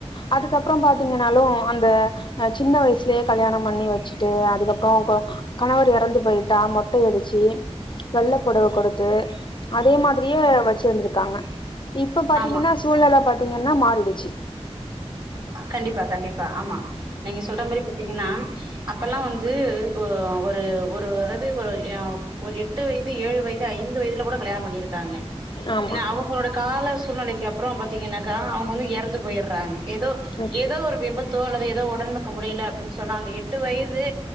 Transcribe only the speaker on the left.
அதுக்கப்றோ பாத்தீங்கனாலு அந்த சின்ன வயசுலே கல்யாணம் பண்ணி வச்சுட்டு அதுக்கப் கோக்கோ கணவர் எறந்து பொயிட்டா மொட்டை அடிச்சி வெள்ள பொடவ கொடுத்து அதே மாதிரியே வச் டூர்ந்துக்காங்க இப்ப பாத்தீங்கன்னா
சூழ்நெல பாத்தீங்கன்னா மாறிடிச்சு
ஆமா
ம்